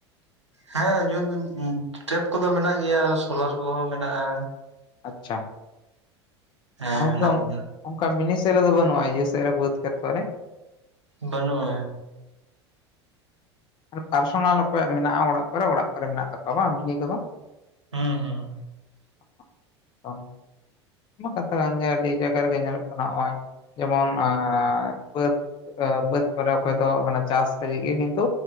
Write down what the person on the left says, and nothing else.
ᱟᱪᱪᱷᱟ
ᱟ <unintelligible>
ᱚᱱᱠᱟ ᱢᱤᱱᱤ ᱥᱮᱫ ᱨᱮᱫᱚ ᱵᱟᱹᱱᱩᱜᱼᱟ ᱤᱭᱟᱹ ᱥᱮᱫ ᱨᱮ ᱵᱟᱹᱫᱽ ᱠᱷᱮᱛ ᱠᱚ ᱨᱮ᱾
ᱟᱨ ᱯᱟᱨᱥᱚᱱᱟᱞ ᱚᱠᱚᱭᱟᱜ ᱢᱮᱱᱟᱜᱼᱟ ᱚᱲᱟᱜ ᱠᱚᱨᱮ ᱚᱲᱟᱜ ᱠᱚᱨᱮ ᱢᱮᱱᱟᱜ ᱛᱟᱠᱚᱣᱟ ᱵᱟᱝ ᱢᱤᱱᱤ ᱠᱚᱫᱚ᱾
<inaudible> ᱚ ᱮᱢᱚᱱ ᱠᱟᱛᱷᱟ ᱠᱟᱱᱜᱮ ᱟᱹᱰᱤ ᱡᱟᱭᱜᱟ ᱨᱮᱜᱮ ᱧᱮᱞᱚᱜ ᱠᱟᱱᱟ ᱱᱚᱜᱼᱚᱭ ᱡᱮᱢᱚᱱ ᱟᱭ ᱵᱟᱹᱫ ᱾ ᱵᱟᱹᱫᱽ ᱠᱚᱨᱮ ᱚᱠᱚᱭ ᱫᱚ ᱚᱱᱟ ᱪᱟᱥ ᱞᱟᱹᱜᱤᱫ ᱜᱮ ᱠᱤᱱᱛᱩ